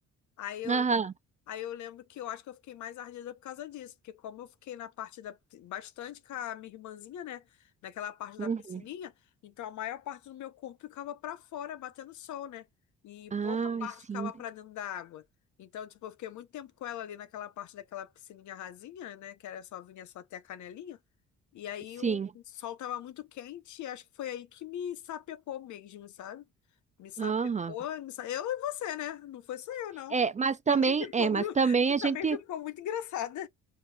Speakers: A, on the left; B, on the right.
A: Aí eu,
B: aham,
A: lem- aí eu lembro que eu acho que eu fiquei mais ardida por causa disso, porque como eu fiquei na parte da, bastante com a minha irmãzinha, né, naquela parte da
B: uhum.
A: piscininha, então a maior parte do meu corpo ficava para fora, batendo sol, né, e pouca
B: Ai,
A: parte
B: sim,
A: ficava para dentro da água. Então, tipo, eu fiquei muito tempo com ela ali naquela parte daquela piscininha rasinha, né, que era só vinha só até a canelinha, e aí
B: sim,
A: o sol tava muito quente, e acho que foi aí que me sapecou mesmo, sabe? Me sapecou,
B: aham.
A: me sa... eu e você, né? Não foi só eu, não.
B: É, mas também,
A: Também ficou
B: é, mas
A: muito,
B: também a gente,
A: também ficou muito engraçada.